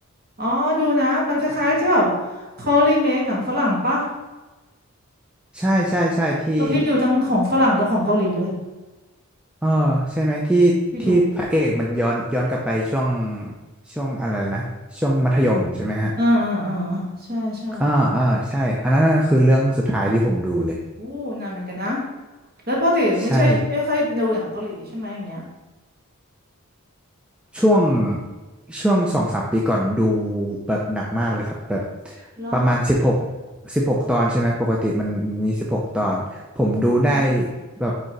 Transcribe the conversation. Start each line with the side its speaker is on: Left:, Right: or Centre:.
Right: อ๋อดูนะมันคล้ายๆใช่แบบเขารีเมคหนังฝรั่งปะ
Centre: ใช่ใช่ใช่ที่
Right: เพราะพี่ดูทั้งของฝรั่งและของเกาหลีเลย
Centre: เออใช่ไหมที่ที่พระเอกมันย้อนย้อนกลับไปช่วง
Right: พี่ดู
Centre: ช่วงอะไรนะช่วงมัธยมใช่ไหมฮะ
Right: อ่าอ่าอ่าใช่ใช่
Centre: อ่าอ่าใช่อันนั้นน่ะคือเรื่องสุดท้ายที่ผมดูเลย
Right: อู้นานเหมือนกันนะแล้วปกติไม่ใช่ไม่ค่อยดูหนังเกาหลีใช่ไหมอย่างเงี้ย
Centre: ใช่ ช่วงช่วงสองสามปีก่อนดูแบบหนักมากเลยครับแบบ
Right: แล้ว
Centre: ประมาณสิบหกสิบหกตอนใช่ไหมปกติมันมีสิบหกตอนผมดูได้
Right: อืม
Centre: แบบ